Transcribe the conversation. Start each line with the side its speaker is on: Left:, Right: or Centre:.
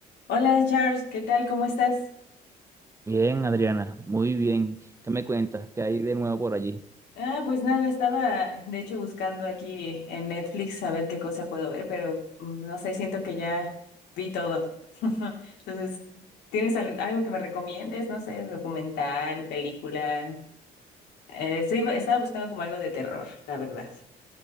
Left: Hola Charles, ¿qué tal? ¿Cómo estás?
Right: Bien, Adriana, muy bien. ¿Qué me cuentas? ¿Qué hay de nuevo por allí?
Left: Ah, pues nada, estaba de hecho buscando aquí en Netflix a ver qué cosa puedo ver, pero mm, no sé, siento que ya vi todo. <laughs> Entonces, ¿tienes al- algo que me recomiendes? No sé, documental, película. Eh, estoy- estaba buscando como algo de terror, la verdad.